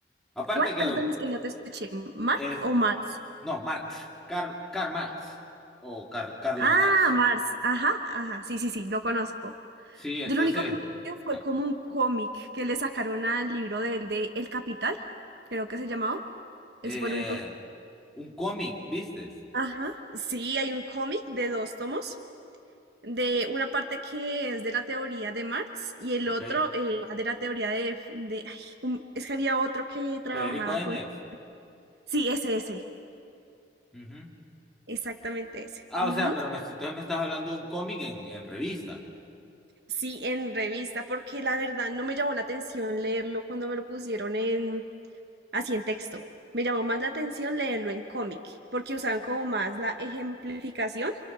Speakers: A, in the centre; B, on the right.
A: Aparte
B: ¿Cuál?
A: que
B: Perdón, es que no te escuché. ¿Mark
A: es,
B: o Marx?
A: no, Marx, Karl, Karl Marx o Car- Carlos
B: Ah,
A: Marx.
B: Marx. Ajá, ajá. Sí, sí, sí, lo conozco.
A: Sí, entonces,
B: Yo lo único que me acuerdo fue
A: ah,
B: como un cómic que le sacaron al libro del de El Capital, creo que se llamaba.
A: eh,
B: Ese fue el único
A: un cómic, ¿vistes?
B: Ajá, sí, hay un cómic de dos tomos, de una parte que es de la teoría de Marx y el
A: Ok.
B: otro eh, de la teoría de, de ay, um, es que había otro que trabajaba
A: Federico Engels.
B: con... Sí, ese, ese,
A: Ujú.
B: exactamente ese.
A: Ah,
B: Ujú.
A: o sea, pero me, entonces me estás hablando de un cómic en, en revista.
B: Sí, en revista, porque la verdad no me llamó la atención leerlo cuando me lo pusieron en así en texto. Me llamó más la atención leerlo en cómic, porque usaban como más la ejemplificación